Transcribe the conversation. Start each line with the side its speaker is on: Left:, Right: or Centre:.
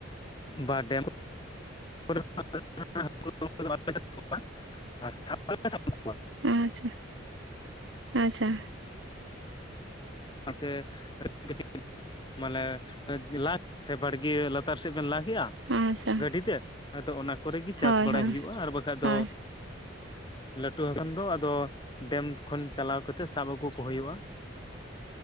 Left: ᱵᱟ ᱰᱮᱢ <unintelligible> <unintelligible> ᱥᱟᱵ ᱠᱚᱣᱟ᱾
Right: ᱟᱪᱪᱷᱟ, ᱟᱪᱪᱷᱟ᱾
Left: ᱢᱟᱥᱮ ᱠᱟᱹᱴᱤᱡ ᱠᱟᱹᱴᱤᱡ <unintelligible> ᱢᱟᱞᱮ ᱮᱸ ᱞᱟᱥ ᱵᱟᱲᱜᱮ ᱞᱟᱛᱟᱨ ᱥᱮᱫ ᱵᱮᱱ ᱞᱟᱭ- ᱠᱮᱜᱼᱟ
Right: ᱟᱪᱪᱷᱟ
Left: ᱜᱟᱹᱰᱤ ᱛᱮ, ᱟᱫᱚ ᱚᱱᱟ ᱠᱚᱨᱮ ᱜᱤ ᱪᱟᱥ
Right: ᱦᱳᱭ
Left: ᱵᱟᱲᱟᱭ
Right: ᱦᱳᱭ
Left: ᱦᱩᱭᱩᱜᱼᱟ, ᱟᱨ ᱵᱟᱠᱷᱟᱡ
Right: ᱦᱳᱭ
Left: ᱫᱚ ᱞᱟᱹᱴᱩ ᱦᱟᱠᱟᱱ ᱫᱚ ᱟᱫᱚ ᱰᱮᱢᱥ ᱠᱷᱚᱱ ᱪᱟᱞᱟᱣ ᱠᱟᱛᱮᱜ ᱥᱟᱵ ᱟᱹᱜᱩ ᱠᱚ ᱦᱩᱭᱩᱜᱼᱟ᱾